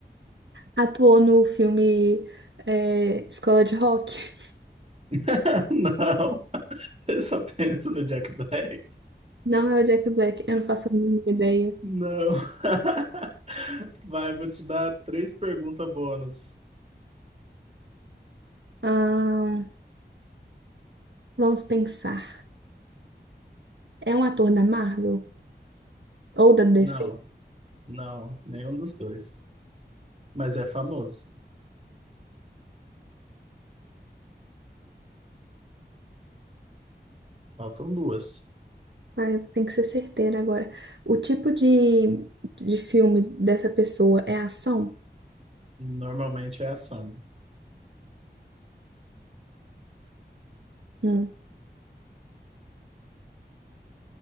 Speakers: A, on the right (about 80°); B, on the right (about 35°).
A: Atuou no filme é, Escola de Rock?
B: <laughs> Não, eu só penso no Jack Black.
A: Não é o Jack Black, eu não faço a mínima ideia.
B: Não. <laughs> Vai, vou te dar três perguntas bônus.
A: Ahn, vamos pensar. É um ator da Marvel? Ou da DC?
B: Não, não, nenhum dos dois. Mas é famoso. Faltam duas.
A: Ah, eu tenho que ser certeira agora. O tipo de, de filme dessa pessoa é ação?
B: Normalmente é ação.
A: Hum.